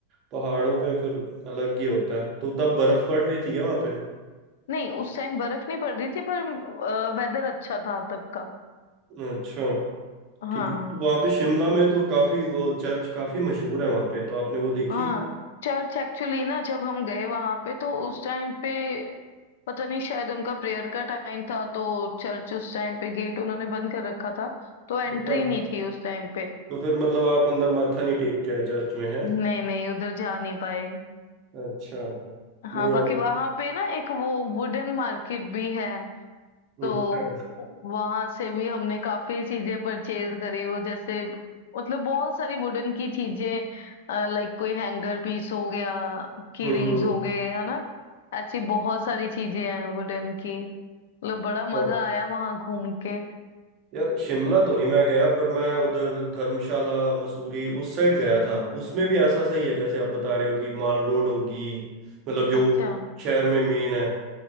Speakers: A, on the right; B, on the left.
A: पहाड़ों पे फिर अलग ही होता है तो तब बर्फ पड़ रही थी क्या वहाँ पे
B: नहीं उस टाइम बर्फ नहीं पड़ रही थी पर वेदर अच्छा था तब का
A: अच्छा
B: हाँ
A: ठीक है तो वहाँ पे शिमला में तो काफी वो चर्च काफी मशहूर है वहाँ पे तो आपने वो देखी
B: हाँ चर्च एक्चुअली ना जब हम गए वहां पे तो उस टाइम पे पता नहीं शायद उनका प्रेयर का टाइम था तो चर्च उस टाइम पे गेट उन्होंने बंद कर रखा था तो एंट्री
A: अच्छा
B: नहीं थी उस टाइम पे
A: तो फिर मतलब आप अंदर माथा नहीं टेक के आए चर्च में है
B: नहीं नहीं उधर जा नहीं पाए
A: अच्छा
B: हाँ
A: नहीं
B: बाकी
A: यार
B: वहां पे ना एक वो वुडन मार्केट भी है तो
A: अच्छा
B: वहां से भी हमने काफी चीजें परचेज करी वो जैसे मतलब बहुत सारी वुडन की चीजें लाइक कोई हैंगर पीस हो गया की
A: हम्म
B: रिंग्स
A: हम्म
B: हो गए है ना ऐसी बहुत सारी चीजें हैं वुडन की मतलब बड़ा मजा
A: हाँ
B: आया वहां घूम के
A: यार शिमला तो नहीं मैं गया पर मैं उधर धर्मशाला मसूरी उस साइड गया था उसमें भी ऐसा सही है जैसे आप बता रहे हो कि माल रोड होगी मतलब जो
B: अच्छा
A: शहर में मेन है